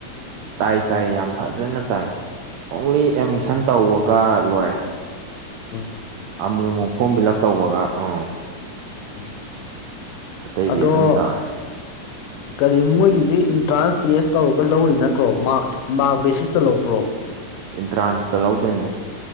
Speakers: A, on the right (about 80°); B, on the left (about 85°).
A: ꯇꯥꯏ ꯇꯥꯏ ꯌꯥꯝ ꯐꯖꯅ ꯇꯥꯏ ꯑꯣꯡꯂꯤ ꯑꯦꯠꯃꯤꯁꯟ ꯇꯧꯕꯒ ꯂꯣꯏꯔꯦ
B: ꯎꯝ ꯍꯝ
A: ꯑꯃꯨ ꯑꯃꯨꯛ ꯐꯣꯔꯝ ꯐꯤꯜ ꯑꯞ ꯇꯧꯕꯒ ꯑ
B: ꯎꯝ
A: ꯑꯇꯩꯗꯤ
B: ꯑꯗꯣ
A: ꯑꯗꯨꯝ ꯇꯧꯔꯦ
B: ꯀꯔꯤ ꯃꯣꯏꯒꯤꯗꯤ ꯑꯦꯟꯇ꯭ꯔꯥꯟꯁ ꯇꯦꯁ ꯇꯧꯔꯒ ꯂꯧꯔꯤ ꯅꯠꯇ꯭ꯔꯣ ꯃꯥꯔꯛ ꯃꯥꯔꯛ ꯕꯦꯁꯤꯁꯇ ꯂꯧꯕ꯭ꯔꯣ
A: ꯑꯦꯟꯇ꯭ꯔꯥꯟꯁꯇ ꯂꯧꯗꯣꯏꯅꯦ